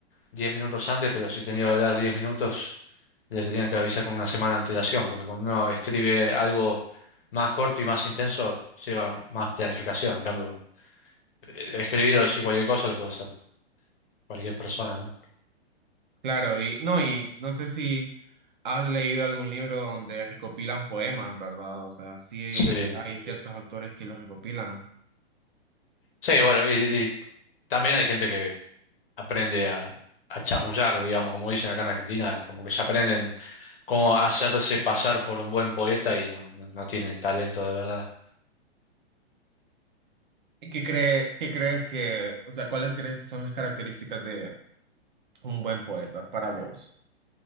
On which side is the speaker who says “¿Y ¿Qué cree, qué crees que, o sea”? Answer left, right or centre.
Right